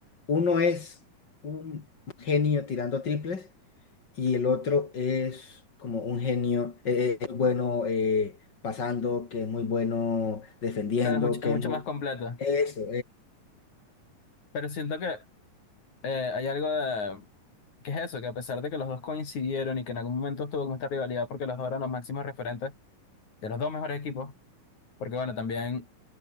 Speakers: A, on the left (about 35°); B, on the left (about 60°).
A: Uno es un genio tirando triples y el otro es como un genio eh, eh, muy bueno eh, pasando, que es muy bueno defendiendo,
B: Claro, es mucho,
A: que
B: es mucho
A: es muy...
B: más completo,
A: Eso,
B: pero siento que Eh, hay algo de, que es eso, que a pesar de que los dos coincidieron y que en algún momento estuvo como esta rivalidad porque los dos eran los máximos referentes de los dos mejores equipos, porque bueno, también,